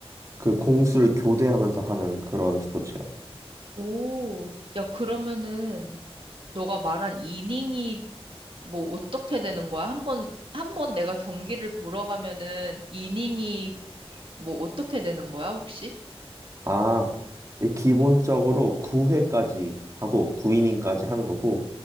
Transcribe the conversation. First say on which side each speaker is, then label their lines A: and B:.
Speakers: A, on the right; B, on the right.
A: 그 공수를 교대하면서 하는 그런 스포츠요.
B: 오, 야, 그러면은, 너가 말한 이닝이 뭐 어떻게 되는 거야? 한 번, 한 번 내가 경기를 보러 가면은 이닝이 뭐 어떻게 되는 거야, 혹시?
A: 아, 이 기본적으로 9회까지 하고 9이닝까지 하는 거고,